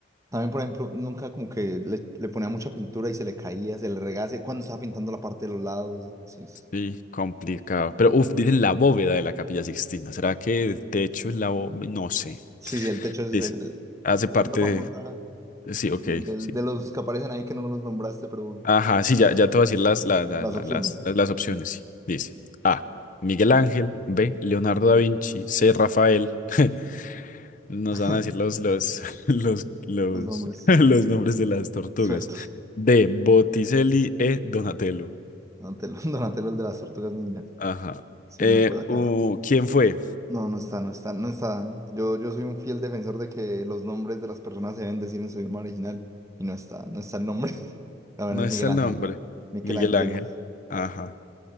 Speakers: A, on the right; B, on the left.
A: También, por ejemplo, nunca como que le, le ponía mucha pintura y se le caía, se le regase cuando estaba pintando la parte de los lados. No sé. Sí,
B: Sí, complicado. Pero, uff, dicen la bóveda de la Capilla Sixtina. ¿Será que el techo es la bóveda? No sé.
A: sí, el techo es
B: Dice,
A: el.
B: hace parte
A: Pintura famosa
B: de... Sí, ok,
A: y del-
B: sí.
A: de, los que aparecen ahí que no los nombraste, pero bueno,
B: Ajá, sí, ya, ya te voy a decir las, las, las,
A: las
B: las,
A: opciones,
B: las- las opciones. sí. Dice A. Miguel Ángel. B. Leonardo da Vinci. C. Rafael. <laughs> Nos
A: <laughs>
B: van a decir los, los, <laughs> los, los,
A: los nombres
B: <laughs> los nombres de las tortugas.
A: sueltos.
B: D. Botticelli E. Donatello.
A: Donatello, <laughs> Donatello el de las tortugas ninja.
B: Ajá.
A: Sí,
B: Eh,
A: no, pues acá.
B: uh, ¿quién fue?
A: No, no está, no está, no está. Yo, yo soy un fiel defensor de que los nombres de las personas se deben decir en su idioma original y no está, no está el nombre. <laughs> La verdad
B: No
A: es
B: está
A: Miguel
B: el
A: Ángel.
B: nombre.
A: Michelangelo.
B: Miguel Ángel. Ajá.